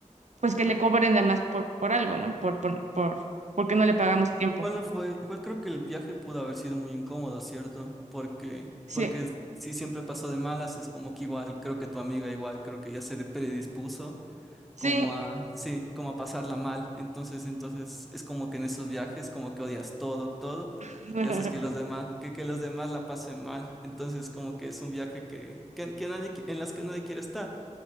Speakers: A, on the right (about 65°); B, in the centre.
A: pues que le cobren de más por, por algo, ¿no? Por, por, por, porque no le pagamos
B: Igual,
A: a tiempo.
B: igual no fue, igual creo que el viaje pudo haber sido muy incómodo, ¿cierto? Porque,
A: Sí,
B: porque es- si siempre pasó de malas, es como que igual, creo que tu amiga igual, creo que ya se de- predispuso
A: sí.
B: como a, sí, como a pasarla mal. Entonces, entonces es como que en esos viajes como que odias todo, todo,
A: <laughs>
B: y haces que los demás, que, que los demás la pasen mal. Entonces, como que es un viaje que, que, que nadie, qui- en las que nadie quiere estar.